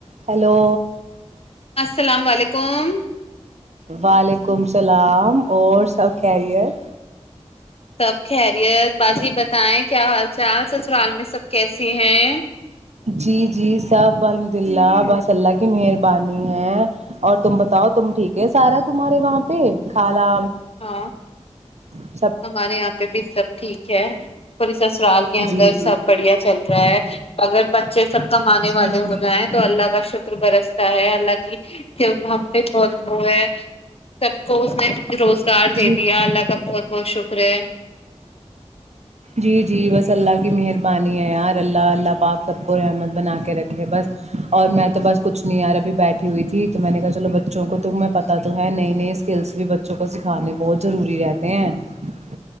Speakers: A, on the right; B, on the left.
A: hello
B: السلام علیکم
A: وعلیکم اللام اور سب خیریت
B: سب خیریت باجی بتائیں کیا حال چال س سرال میں سب کیسے ہیں
A: جی جی سب الحمد اللہ بس اللہ کی مہربانی ہے اور تم بتاؤ تم ٹھیک ہے سارا تمہارے وہاں پہ کالا
B: ہاں
A: پ
B: ہمارے یہاں پہ بھی سب ٹھیک ہے پلی اسرال کے
A: جی
B: اندر
A: جی
B: سب بڑھیا چل رہا ہے اگر بچے سب کمانے
A: جی
B: والے
A: جی
B: ہو جائیں تو اللہ کا شکر برس الک ج ہم پہ پہت وہ ہے سب کو اس نے روزگار دیا
A: جی
B: اللہ کا بہت شکر ہے
A: جی جی بس اللہ کی مہربانی ہے یار اللہ اللہ پاک سب کو رحمت بنا کے رکھے بس اور میں تو بس کچھ نہیں یار ابھی بیٹھی ہوئی تھی تو میں نے کہا چلو بچوں کو تو ہمیں پتہ تو ہے نئی نئے اسکلس بھی بچوں کو سکھانے بہت ضروری رہتے ہیں <unintelligible>